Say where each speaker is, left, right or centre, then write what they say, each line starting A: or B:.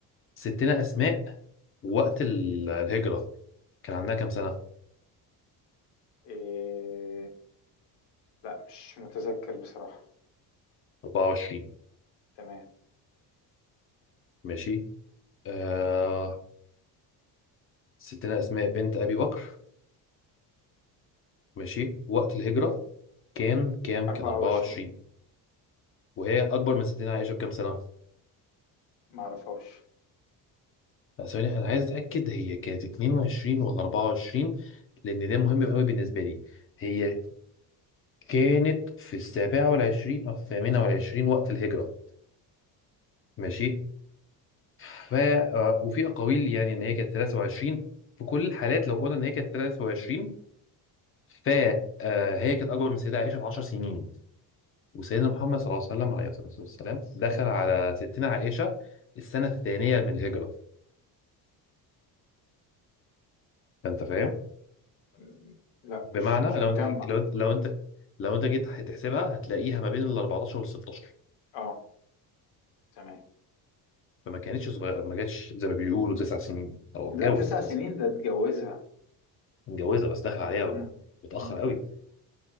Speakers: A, on the left (about 35°); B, on the left (about 80°).
A: ستنا اسماء وقت ال- الهجرة كان عندها كام سنة
B: آه... لا مش متذكر بصراحة
A: 24
B: تمام
A: ماشي آه ستنا اسماء بنت ابي بكر ماشي وقت الهجرة كان كام
B: 24
A: كان 24 وهي اكبر من سيدنا عائشه بكام سنه
B: ما أعرفهاش
A: لا ثواني انا عايز اتاكد هي كانت 22 ولا 24 لان ده مهم قوي بالنسبه لي هي كانت في السابعه والعشرين او الثامنه والعشرين وقت الهجره ماشي ف آه، وفي اقاويل يعني ان هي كانت 23 في كل الحالات لو قلنا ان هي كانت 23 ف آه، هي كانت اكبر من سيدنا عائشه ب 10 سنين وسيدنا محمد صلى الله عليه وسلم عليه الصلاه والسلام
B: بس
A: دخل
B: تمام
A: على ستنا عائشه السنه الثانيه من الهجره فانت فاهم
B: يعني م- لا
A: بمعنى
B: مش مش
A: لو
B: مجمع
A: انت هج- لو انت لو انت لو انت جيت هتحسبها هتلاقيها ما بين ال 14 وال 16
B: اه تمام
A: فما كانتش صغيره ما كانتش زي ما بيقولوا تسع سنين او
B: لا
A: اتجوز
B: تسع
A: تسع
B: سنين
A: سنين
B: ده اتجوزها
A: متجوزه بس داخل عليها
B: مم.
A: متاخر
B: مم.
A: قوي
B: مم.